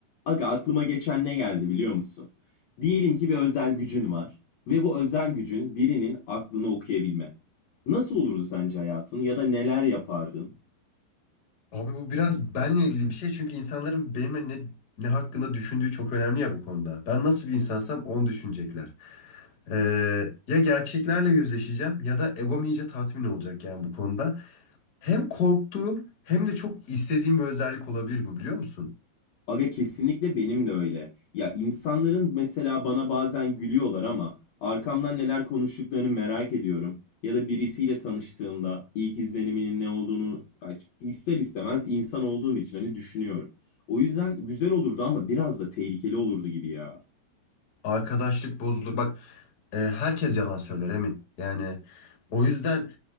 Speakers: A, on the left; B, on the left.
A: Aga aklıma geçen ne geldi biliyor musun? Diyelim ki bir özel gücün var ve bu özel gücün birinin aklını okuyabilme. Nasıl olurdu sence hayatın ya da neler yapardın?
B: Abi bu biraz benle ilgili bir şey çünkü insanların benimle ne ne hakkında düşündüğü çok önemli ya bu konuda. Ben nasıl bir insansam onu düşünecekler. Ee, ya gerçeklerle yüzleşeceğim ya da egom iyice tatmin olacak yani bu konuda. Hem korktuğum hem de çok istediğim bir özellik olabilir bu biliyor musun?
A: Aga kesinlikle benim de öyle. Ya insanların mesela bana bazen gülüyorlar ama arkamdan neler konuştuklarını merak ediyorum. Ya da birisiyle tanıştığımda ilk izleniminin ne olduğunu ya ister istemez insan olduğum için hani düşünüyorum. O yüzden güzel olurdu ama biraz da tehlikeli olurdu gibi ya.
B: Arkadaşlık bozulur. Bak e, herkes yalan söyler emin. Yani o yüzden